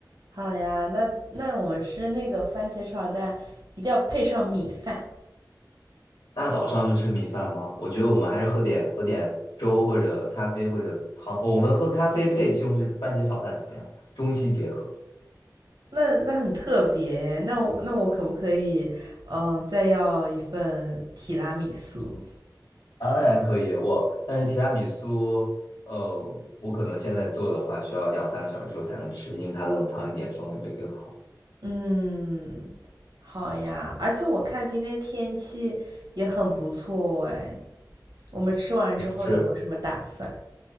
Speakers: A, on the right; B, on the left.
A: 好呀，那那我们吃那个番茄炒蛋，一定要配上米饭。
B: 大早上就吃米饭吗？我觉得我们还是喝点喝点粥或者咖啡或者糖，我们喝咖啡配西红柿番茄炒蛋怎么样？中西结合。
A: 那那很特别耶那我那我可不可以，嗯，再要一份提拉米苏？
B: 当然可以，我但是提拉米苏，呃，我可能现在做的话，需要两三个小时之后才能吃，因为它冷藏一点，风味会更好。
A: 嗯，好呀。而且我看今天天气也很不错哎。我们吃完之后有没有什么打算？
B: 是，